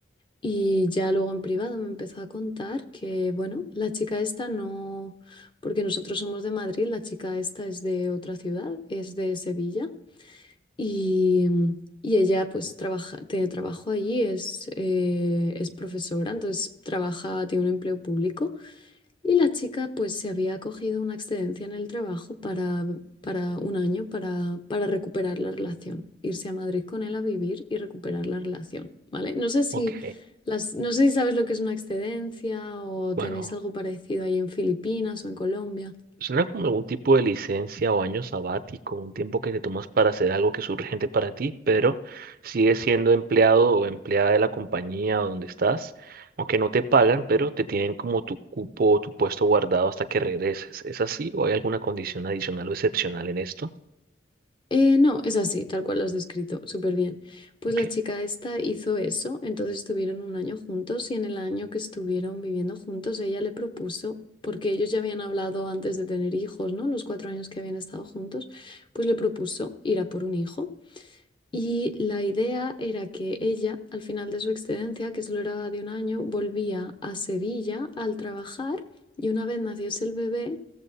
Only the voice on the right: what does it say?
Ok,
bueno.
Suena como algún tipo de licencia o año sabático, un tiempo que te tomas para hacer algo que es urgente para ti, pero sigues siendo empleado o empleada de la compañía o donde estás, aunque no te pagan, pero te tienen como tu cupo o tu puesto guardado hasta que regreses. ¿Es así o hay alguna condición adicional o excepcional en esto?
Ok.